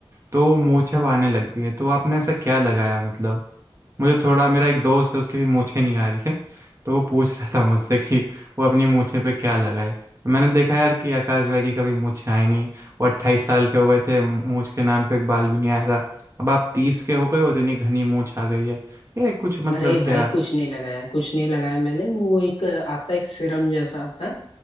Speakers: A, on the right (about 30°); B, on the left (about 85°).
A: तो वो मूछें अब आने लग गई है तो आपने ऐसा क्या लगाया मतलब मुझे थोड़ा मेरा एक दोस्त है उसकी भी मूछें नहीं आ रही है तो वो पूछ रहा था मुझसे कि वो अपनी मूछें पे क्या लगाए तो मैंने देखा यार कि आकाश भाई की कभी मूछें आई नहीं वो अट्ठाईस साल के हो गए थे मूछ के नाम पे एक बाल भी नहीं आया था अब आप तीस के हो गए हो इतनी घनी मूछ आ गई है ये कुछ मतलब
B: अरे भाई
A: क्या
B: कुछ नहीं लगाया कुछ नहीं लगाया मैंने वो एक आता है एक सिरम जैसा आता है